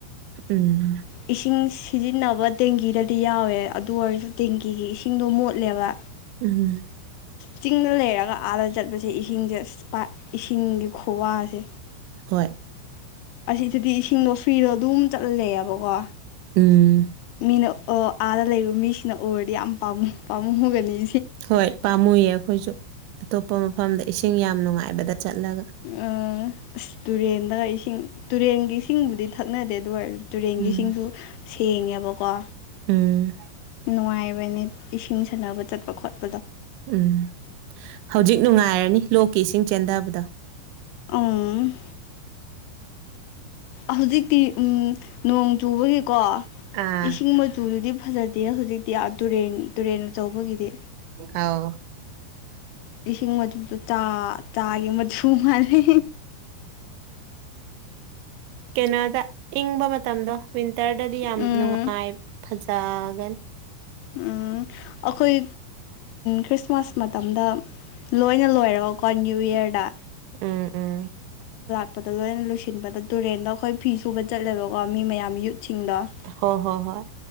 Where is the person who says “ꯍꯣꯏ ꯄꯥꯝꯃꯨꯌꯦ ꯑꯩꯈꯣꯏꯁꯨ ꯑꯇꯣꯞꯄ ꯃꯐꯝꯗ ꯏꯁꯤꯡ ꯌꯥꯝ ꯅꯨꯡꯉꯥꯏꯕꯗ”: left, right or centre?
Right